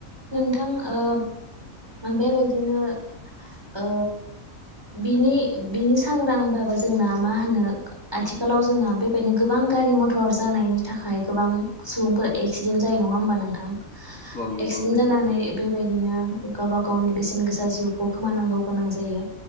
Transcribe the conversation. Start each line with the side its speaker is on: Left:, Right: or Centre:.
Right: नोथां ओ बेबायदिनो ओ बिनि बिनि सांग्रांबाबो जोंना मा होनो आथिखालाव जोंना बेबायदिनो गोबां गारि मथर जानायनि थाखाय गोबां सुबुंफोरा एक्सिडेन्ट जायो नङा होमबा नोंथां
Left: औ नंगौ
Right: एक्सिडेन्ट
Left: नोंथां
Right: जानानै बेबायदिनो गावब गावनि बेसेन गोसा जिउखौ खोमानांगौ गोनां जायो।